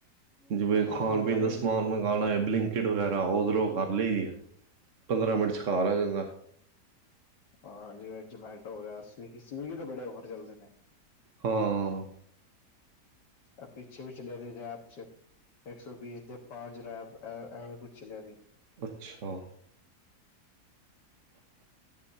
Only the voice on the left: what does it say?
ਔਨਲਾਈਨ
ਹਾਂ, ਜਿਵੇਂ ਜਮੈਟੋ ਹੋ ਗਿਆ, ਸਵੀਗੀ, ਸਵੀਗੀ ਤੇ ਬੜੇ ਆਫਰ ਚੱਲਦੇ ਨੇ।
ਐ ਪਿੱਛੇ, ਵੀ ਚੱਲਿਆ ਸੀ ਰੈਪ ਚ। ਇੱਕ ਸੌ ਬੀਸ ਦੇ, ਪਾਂਚ ਰੈਪ, ਐਵੇਂ ਕੁਛ ਚਲਿਆ ਸੀ।